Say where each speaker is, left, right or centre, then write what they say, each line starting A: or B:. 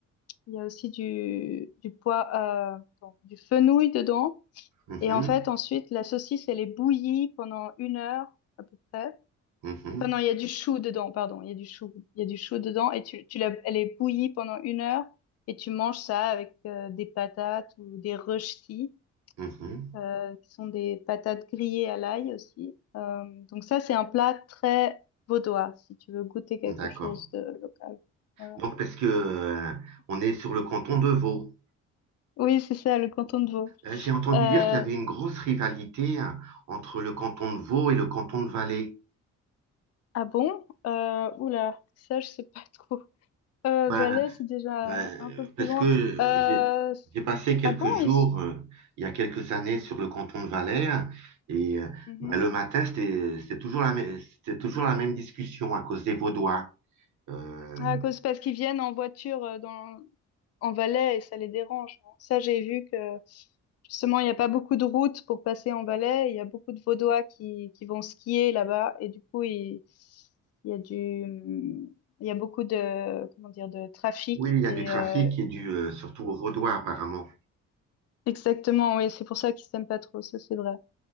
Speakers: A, on the left; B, on the right.
A: il y a aussi du, du pois, euh, bon, du fenouil dedans.
B: Mhm,
A: Et en fait, ensuite, la saucisse, elle est bouillie pendant une heure à peu près.
B: mhm,
A: Enfin, non, il y a du chou dedans, pardon, il y a du chou, il y a du chou dedans et tu, tu la, elle est bouillie pendant une heure et tu manges ça avec euh, des patates ou des rösti,
B: mhm.
A: euh, qui sont des patates grillées à l'ail aussi. Euh, donc ça, c'est un plat très vaudois si tu veux goûter quelque
B: D'accord.
A: chose de local. Voilà.
B: Donc, parce que, euh, on est sur le canton de Vaud.
A: Oui, c'est ça, le canton de Vaud.
B: Euh, j'ai entendu
A: Euh,
B: dire qu'il y avait une grosse rivalité hein, entre le canton de Vaud et le canton de Valais.
A: ah bon? Euh, oula, ça, je sais pas trop. Euh,
B: Ben,
A: Valais, c'est déjà
B: ben,
A: un
B: euh,
A: peu plus
B: parce
A: loin.
B: que
A: Euh,
B: j'ai j'ai passé quelques
A: ah bon,
B: jours,
A: ils...
B: euh, il y a quelques années, sur le canton de Valais, hein, et euh,
A: Mhm.
B: ben, le matin, c'était c'était toujours la même, c'était toujours la même discussion à cause des Vaudois. Euh,
A: Ah, À cause, parce qu'ils viennent en voiture euh, dans, en Valais et ça les dérange. hein. Ça, j'ai vu que justement, il n'y a pas beaucoup de routes pour passer en Valais. Il y a beaucoup de Vaudois qui, qui vont skier là-bas et du coup, il, il y a du, il y a beaucoup de, comment dire, de trafic
B: oui, il y a
A: et
B: du trafic
A: euh,
B: qui est dû euh, surtout aux Vaudois, apparemment.
A: Exactement, oui, c'est pour ça qu'ils s'aiment pas trop, ça c'est vrai.